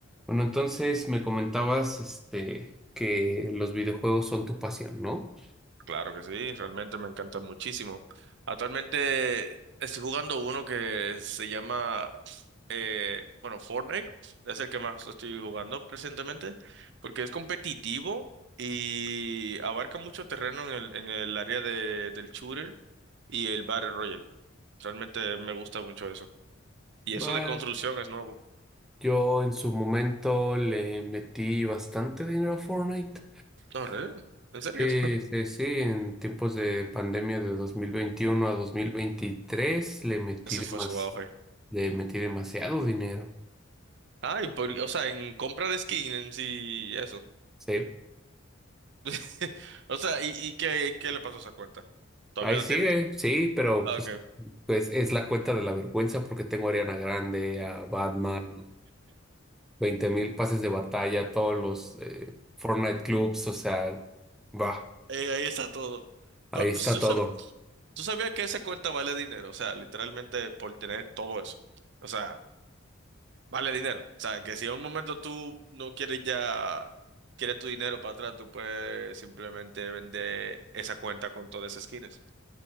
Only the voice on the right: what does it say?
Claro que sí, realmente me encanta muchísimo. Actualmente estoy jugando uno que se llama, eh, bueno, Fortnite, es el que más estoy jugando presentemente, porque es competitivo y abarca mucho terreno en el, en el área de, del shooter y el Battle Royale. Realmente me gusta mucho eso. Y
eso de construcción es nuevo.
No, re- en serio,
<laughs>
ese
fue su auge.
Ah, y por- o sea, en compra de skin en sí, eso.
<laughs> O sea, ¿y, y qué, qué le pasó a esa cuenta? ¿Todavía
la
tienes?
Ah,
ok.
Eh, ahí está todo.
Pero
pues, tú
sabías, tú sabías que esa cuenta vale dinero, o sea, literalmente por tener todo eso. O sea, vale dinero. O sea, que si en un momento tú no quieres ya, quieres tu dinero para atrás, tú puedes simplemente vender esa cuenta con todas esas skins.